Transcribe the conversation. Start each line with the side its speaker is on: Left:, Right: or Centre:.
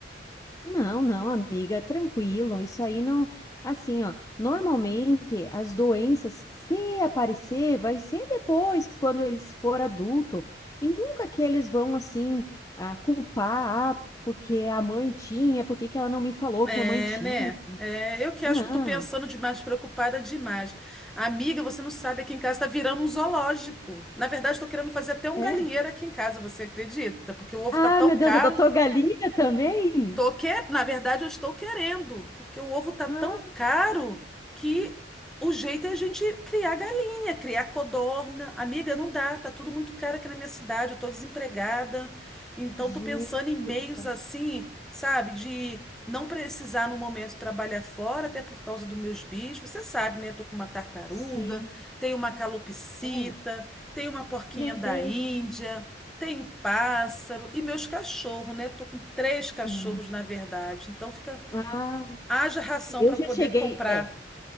Left: Não, não, amiga, tranquilo. Isso aí não. Assim, ó, normalmente as doenças, se aparecer, vai ser depois, quando eles for adulto. E nunca que eles vão, assim, ah, culpar, ah, porque a mãe tinha, por que que ela não me falou
Centre: É,
Left: que a mãe tinha?
Centre: né? É, eu que acho
Left: Não.
Centre: que eu tô pensando demais, preocupada demais. Amiga, você não sabe, aqui em casa tá virando um zoológico. Na verdade, tô querendo fazer até um
Left: É.
Centre: galinheiro aqui em casa, você acredita? Porque o ovo
Left: Ah,
Centre: tá tão
Left: meu
Centre: caro.
Left: Deus, adotou galinha também?
Centre: Tô que... Na verdade, eu estou querendo, porque o ovo tá
Left: Ah,
Centre: tão caro que o jeito é a gente criar galinha, criar codorna. Amiga, não dá, tá tudo muito caro aqui na minha cidade, eu tô desempregada. Então,
Left: gente
Centre: tô pensando em meios
Left: do céu.
Centre: assim, sabe, de não precisar no momento trabalhar fora, até por causa dos meus bichos. Você sabe, né? Tô com uma tartaruga,
Left: Sim,
Centre: tenho uma calopsita,
Left: olha.
Centre: tenho uma porquinha
Left: Meu
Centre: da
Left: Deus.
Centre: Índia. Tem pássaro e meus cachorros, né? Tô com três cachorros,
Left: Aham.
Centre: na verdade. Então fica,
Left: Ah,
Centre: haja ração
Left: eu
Centre: para
Left: já
Centre: poder
Left: cheguei.
Centre: comprar.
Left: É.